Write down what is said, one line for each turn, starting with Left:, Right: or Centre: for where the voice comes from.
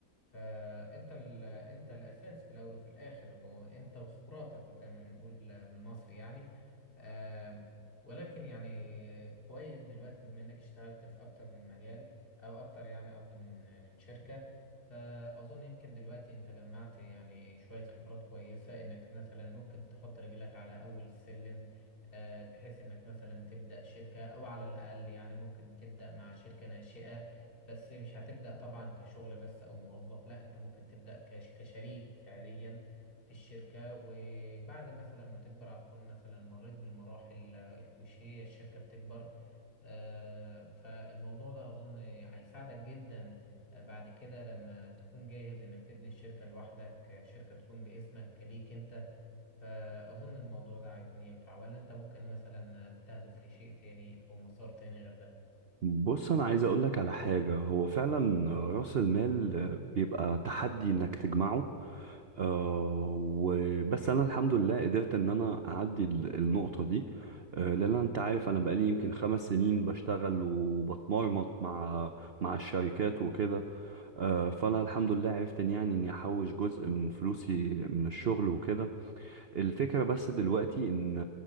Left: فانت ال... انت الاساس في الاول وفي الاخر انت وخبراتك زي ما بنقول بالمصري يعني آه ولكن يعني كويس دلوقتي بما انك اشتغلت في اكتر من مجال او اكتر يعني قصدي من من شركة فاظن يمكن دلوقتي انت جمعت يعني شوية خبرات كويسة انك مثلا ممكن تحط رجلك على اول السلم آه، بحيث انك مثلا تبدأ شركة او على الاقل يعني ممكن تبدأ مع شركة ناشئة بس مش هتبدأ طبعا كشغل بس أو موظف لا أنت ممكن تبدأ كش- كشريك فعليا في الشركة وبعد مثلا ما تكبر هتكون مثلا مريت بالمراحل آه، وش هي الشركة بتكبر آه، فالموضوع ده أظن هيساعدك جدا آه، بعد كده لما تكون جاهز إنك تبني الشركة لوحدك آه، شركة تكون باسمك ليك أنت فأظن الموضوع ده هيكون ينفع ولا أنت ممكن مثلا بتهدف لشيء تاني أو مسار تاني غير ده
Right: بص أنا عايز أقولك على حاجة هو فعلا رأس المال بيبقى تحدي إنك تجمعه آه وبس انا الحمد لله قدرت ان انا اعدي ال- النقطة دي آه لان انت عارف انا بقالي يمكن خمس سنين بشتغل وبتمرمط مع مع الشركات وكده آه فانا الحمد لله عرفت ان يعني اني احوش جزء من فلوسي من الشغل وكده الفكرة بس دلوقتي ان